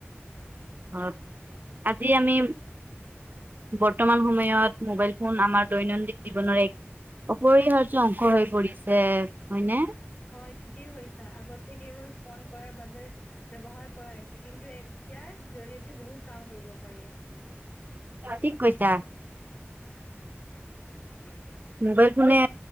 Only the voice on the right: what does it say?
অ আজি আমি বৰ্তমান সময়ত মোবাইল ফোন আমাৰ দৈনন্দিন জীৱনৰ এক অপৰিহাৰ্য অংশ হৈ পৰিছে হয়নে?
ঠিক কৈছা।
মোবাইল ফোনে